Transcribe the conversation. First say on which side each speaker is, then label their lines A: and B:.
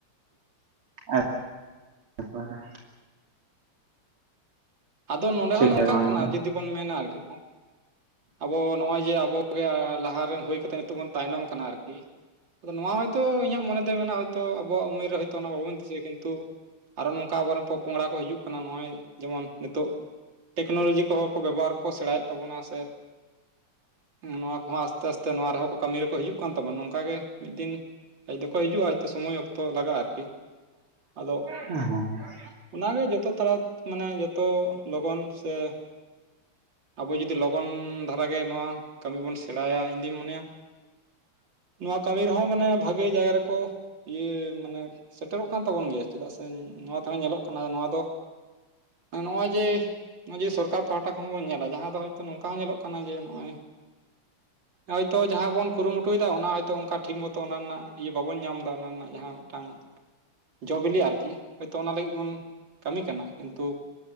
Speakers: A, on the right; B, on the right.
A: <inaudible>
B: ᱟᱫᱚ ᱱᱚᱰᱮ
A: ᱴᱷᱤᱠ
B: ᱦᱚᱸ ᱱᱚᱝᱠᱟᱜ
A: ᱜᱮᱭᱟ ᱵᱟᱝ
B: ᱠᱟᱱᱟ
A: ᱫᱚ ᱵᱟᱝ
B: ᱡᱩᱫᱤ ᱵᱚᱱ ᱢᱮᱱᱟ ᱟᱨᱠᱤ, ᱟᱵᱚ ᱱᱚᱜᱼᱚᱭ ᱡᱮ ᱟᱵᱚᱜᱮ ᱞᱟᱦᱟᱨ ᱨᱮᱱ ᱦᱩᱭ ᱠᱟᱛᱮᱫ ᱱᱤᱛᱚᱜ ᱵᱚᱱ ᱛᱟᱭᱱᱚᱢ ᱟᱠᱟᱱᱟ ᱟᱨᱠᱤ, ᱟᱫᱚ ᱱᱚᱣᱟ ᱦᱚᱭᱛᱳ ᱤᱧᱟᱹᱜ ᱢᱚᱱᱮ ᱫᱚ ᱢᱮᱱᱟ ᱦᱚᱭ ᱛᱚ ᱟᱵᱚᱣᱟᱜ ᱩᱢᱮᱨ ᱨᱮ ᱦᱚᱭᱛᱚ ᱚᱱᱟ ᱵᱟᱵᱚᱱ ᱫᱤᱥᱟᱹᱭᱟ ᱠᱤᱱᱛᱩ ᱟᱨᱚ ᱱᱚᱝᱠᱟ ᱟᱵᱚᱨᱮᱱ ᱯᱚᱼᱯᱚᱝᱲᱟ ᱠᱚ ᱦᱤᱡᱩᱜ ᱠᱟᱱᱟ ᱱᱚᱜᱼᱚᱭ ᱡᱮᱢᱚᱱ ᱱᱤᱛᱚᱜ ᱴᱮᱠᱱᱳᱞᱚᱡᱤ ᱠᱚᱦᱚᱸ ᱠᱚ ᱵᱮᱵᱚᱦᱟᱨ ᱠᱚ ᱥᱮᱬᱟᱭᱮᱫ ᱛᱟᱵᱚᱱᱟ ᱥᱮ ᱱᱚᱣᱟ ᱠᱚᱦᱚᱸ ᱟᱥᱛᱮ ᱟᱥᱛᱮ ᱱᱚᱣᱟ ᱨᱮᱦᱚᱸ ᱠᱟᱹᱢᱤ ᱨᱮᱠᱚ ᱦᱤᱡᱩᱜ ᱠᱟᱱ ᱛᱟᱵᱚᱱᱟ ᱱᱚᱝᱠᱟ ᱜᱮ ᱢᱤᱫ ᱫᱤᱱ ᱦᱮᱸᱡ ᱫᱚᱠᱚ ᱦᱤᱡᱩᱜᱼᱟ ᱦᱚᱭᱛᱳ ᱥᱚᱢᱚᱭ ᱚᱠᱛᱚ ᱞᱟᱜᱟᱜᱼᱟ ᱟᱨᱠᱤ ᱟᱫᱚ
A: <unintelligible>
B: ᱚᱱᱟᱜᱮ ᱡᱚᱛᱚ ᱛᱟᱲᱟ ᱢᱟᱱᱮ ᱡᱚᱛᱚ ᱞᱚᱜᱚᱱ ᱥᱮ ᱟᱵᱚ ᱡᱩᱫᱤ ᱞᱚᱜᱚᱱ ᱫᱷᱟᱨᱟᱜᱮ ᱱᱚᱣᱟ ᱠᱟᱹᱢᱤ ᱵᱚᱱ ᱥᱮᱬᱟᱭᱟ ᱤᱧᱫᱩᱧ ᱢᱚᱱᱮᱭᱟ, ᱱᱚᱣᱟ ᱠᱟᱹᱢᱤ ᱨᱮᱦᱚᱸ ᱢᱟᱱᱮ ᱵᱷᱟᱜᱮ ᱡᱟᱭᱜᱟ ᱨᱮᱠᱚ ᱤᱭᱟᱹ ᱢᱟᱱᱮ ᱥᱮᱴᱮᱨᱚᱜ ᱠᱟᱱ ᱛᱟᱵᱚᱱ ᱜᱮᱭᱟ ᱪᱮᱫᱟᱜ ᱥᱮ ᱱᱚᱣᱟ ᱛᱮᱦᱚᱸ ᱧᱮᱞᱚᱜ ᱠᱟᱱᱟ ᱱᱚᱣᱟ ᱫᱚ, ᱱᱚᱜᱼᱚᱭ ᱡᱮ ᱱᱚᱜᱼᱚᱭ ᱡᱮ ᱥᱚᱨᱠᱟᱨ ᱯᱟᱦᱴᱟ ᱠᱷᱚᱱ ᱵᱚᱱ ᱧᱮᱞᱟ ᱡᱟᱦᱟᱸ ᱫᱚ ᱦᱳᱭᱛᱳ ᱱᱚᱝᱠᱟ ᱦᱚᱸ ᱧᱮᱞᱚᱜ ᱠᱟᱱᱟ ᱡᱮ ᱱᱚᱜᱚᱭ ᱦᱚᱭᱛᱚ ᱡᱟᱦᱟᱸ ᱜᱮ ᱵᱚᱱ ᱠᱩᱨᱩᱢᱩᱴᱩᱭ ᱫᱟ ᱚᱱᱟ ᱦᱚᱭᱛᱳ ᱚᱱᱠᱟ ᱴᱷᱤᱠ ᱢᱚᱛᱚ ᱚᱱᱟ ᱨᱮᱱᱟᱜ ᱤᱭᱟᱹ ᱵᱟᱵᱚᱱ ᱧᱟᱢ ᱮᱫᱟ ᱚᱱᱟ ᱨᱮᱱᱟᱜ ᱡᱟᱦᱟᱸ ᱢᱤᱫᱴᱟᱝ ᱡᱚ ᱵᱤᱞᱤ ᱟᱨᱠᱤ ᱦᱳᱭᱛᱳ ᱚᱱᱟ ᱞᱟᱹᱜᱤᱫ ᱵᱚᱱ ᱠᱟᱹᱢᱤ ᱠᱟᱱᱟ ᱠᱤᱱᱛᱩ